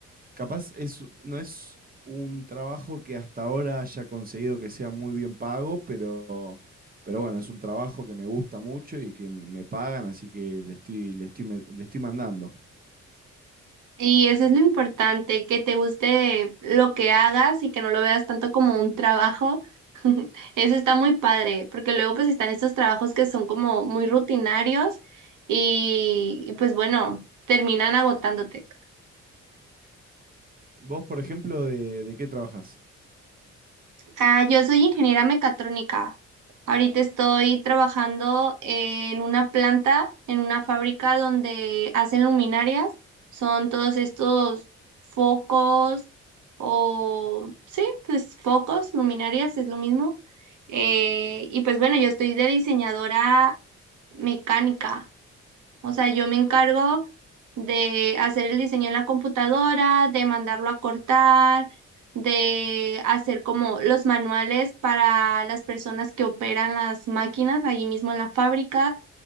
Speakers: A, on the right; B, on the right.
A: Capaz es, no es un trabajo que hasta ahora haya conseguido que sea muy bien pago, pero, pero bueno, es un trabajo que me gusta mucho y que me pagan, así que le estoy, le estoy, me- le estoy mandando.
B: Y eso es lo importante, que te guste lo que hagas y que no lo veas tanto como un trabajo. <laughs> Eso está muy padre, porque luego pues están estos trabajos que son como muy rutinarios y, y pues bueno, terminan agotándote.
A: Vos, por ejemplo, ¿de, de qué trabajás?
B: Ah, yo soy ingeniera mecatrónica. Ahorita estoy trabajando en una planta, en una fábrica donde hacen luminarias. Son todos estos focos o, sí, pues focos, luminarias, es lo mismo. Eh, y pues bueno, yo estoy de diseñadora mecánica. O sea, yo me encargo de hacer el diseño en la computadora, de mandarlo a cortar, de hacer como los manuales para las personas que operan las máquinas ahí mismo en la fábrica.